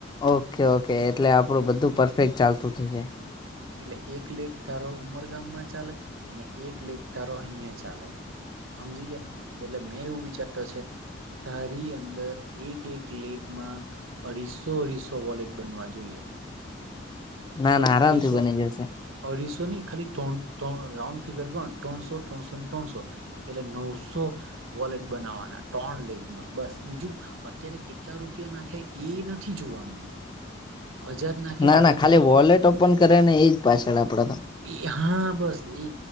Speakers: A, on the left; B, on the right.
A: ઓકે ઓકે એટલે આપણું બધું પરફેક્ટ ચાલતું થઈ જાય
B: એટલે એક લેખ તારો ઉમરગામમાં ચાલે ને એક લેખ ધારો અહિયાં ચાલે સમજી ગયા એટલે મેં એવું વિચારતો છે કે તારી અંદર એક એક લેગમાં અઢીસો અઢીસો વોલેટ બનવા જોઈએ
A: ના
B: તટ
A: ના આરામથી
B: અઢીસો
A: બની જશે
B: અઢીસો ની ખાલી રાઉન્ડ ફિગર કોણ ત્રણસો ત્રણસો ને ત્રણસો એટલે નવસો વોલેટ બનાવવાના ટોન લેગમાં બસ બીજું અત્યારે કેટલા રૂપિયા નાખે એ નથી જોવાનું હજાર નાખે
A: ના
B: દસ
A: ના ખાલી
B: હજાર નાખે
A: વોલેટ ઓપન કરે ને એજ પાછળ આપડે તો
B: એ હા બસ એ